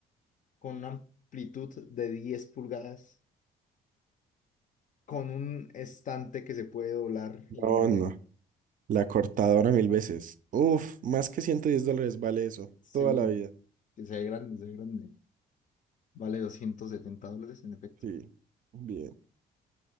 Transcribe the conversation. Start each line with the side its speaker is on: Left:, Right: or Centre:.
Left: con una amplitud de 10 pulgadas, con un estante que se puede doblar y
Right: No,
Left: guardar.
Right: no. La cortadora mil veces. Uf, más que 110 dólares vale eso.
Left: Sí,
Right: Toda la vida.
Left: que se ve grande, se ve grande. Vale 270 dólares en efecto.
Right: Sí. Bien.